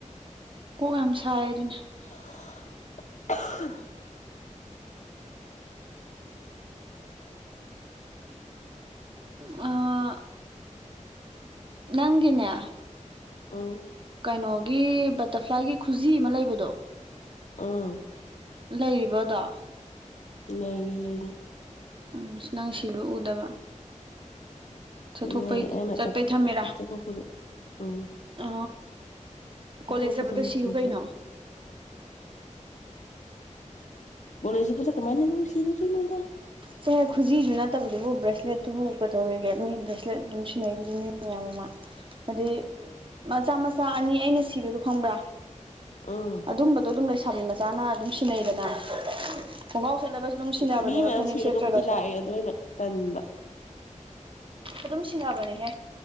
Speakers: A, on the right; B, on the left.
A: ꯀꯣꯛ ꯌꯥꯝ ꯁꯥꯏ ꯑꯗꯨꯅꯤ
B: <unintelligible>
A: ꯑ ꯅꯪꯒꯤꯅꯦ
B: ꯎꯝ
A: ꯀꯩꯅꯣꯒꯤ ꯕꯇꯔꯐ꯭ꯂꯥꯏꯒꯤ ꯈꯨꯖꯤ ꯑꯃ ꯂꯩꯕꯗꯣ
B: ꯎꯝ
A: ꯂꯩꯔꯤꯕ ꯑꯗꯣ
B: ꯂꯩꯔꯤ ꯂꯩꯔꯤ
A: ꯎꯝ ꯅꯪ ꯁꯤꯕ ꯎꯗꯕ ꯆꯠꯊꯣꯛꯄꯩ
B: ꯂꯩ ꯑꯩꯅ
A: ꯆꯠꯄꯩ
B: ꯆꯠꯊꯣꯛ
A: ꯊꯝꯃꯦꯔꯥ
B: ꯆꯠꯊꯣꯛꯄꯗ ꯎꯝ
A: ꯑ
B: ꯆꯠꯊꯣꯛꯄꯗ
A: ꯀꯣꯂꯦꯖ ꯆꯠꯄꯗ
B: ꯑꯣꯏꯅ
A: ꯁꯤꯌꯨ
B: ꯊꯤꯒ꯭ꯔꯅꯤ
A: ꯀꯩꯅꯣ
B: <unintelligible>
A: ꯆꯥꯍꯦ ꯈꯨꯖꯤꯖꯨ ꯅꯠꯇꯕꯗꯨꯕꯨ ꯕ꯭ꯔꯦꯁꯂꯦꯠꯇꯨꯕꯨ ꯀꯩꯗꯧꯋꯦꯒꯦ ꯃꯤ ꯕ꯭ꯔꯦꯁꯂꯦꯠ ꯑꯗꯨꯝ ꯁꯤꯟꯅꯩ ꯑꯗꯨꯗꯤ ꯃꯤ ꯃꯌꯥꯝ ꯑꯃ ꯑꯗꯨꯏ ꯃꯆꯥ ꯃꯆꯥ ꯑꯅꯤ ꯑꯩꯅ ꯁꯤꯕꯗꯣ ꯈꯪꯕ꯭ꯔꯥ
B: ꯎꯝ
A: ꯑꯗꯨꯝꯕꯗꯣ ꯑꯗꯨꯝ ꯂꯩꯁꯥꯕꯤ ꯃꯆꯥꯅ ꯑꯗꯨꯝ ꯁꯤꯟꯅꯩꯗꯅ ꯈꯣꯡꯒ꯭ꯔꯥꯎ ꯁꯦꯠꯂꯒꯁꯨ ꯑꯗꯨꯝ ꯁꯤꯟꯅꯕꯅꯦꯕ
B: ꯃꯤ ꯃꯌꯥꯝ
A: ꯐꯅꯦꯛ
B: ꯁꯤꯔꯒꯕꯨꯗꯤ
A: ꯁꯦꯠꯇ꯭ꯔꯒꯁꯨ
B: ꯂꯥꯛꯑꯦ ꯑꯗꯨ ꯑꯩꯅ ꯇꯟꯕ
A: ꯑꯗꯨꯝ ꯁꯤꯟꯅꯕꯅꯤꯍꯦ